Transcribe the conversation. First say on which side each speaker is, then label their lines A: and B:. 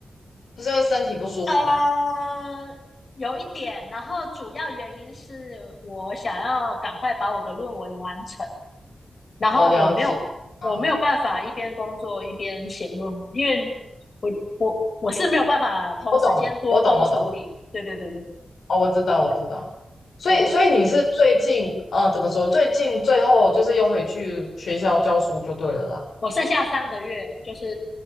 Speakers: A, on the left (about 80°); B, on the left (about 55°).
A: 不是因为身体不舒服吗？
B: 呃，有一点，然后主要原因是我想要赶快把我的论文完成，然后我没有我没有办法一边工作一边写论文，
A: 我了解，嗯，
B: 因为我我我是没有办法同时间多工处理。
A: 我懂，我懂，我懂，
B: 对对对对对
A: 哦，我知道，
B: 对
A: 我知道。所以，
B: 对啊，
A: 所以你是最近，呃，怎么说？最近最后就是又回去学校教书就对了啦，
B: 我剩下三个月，就是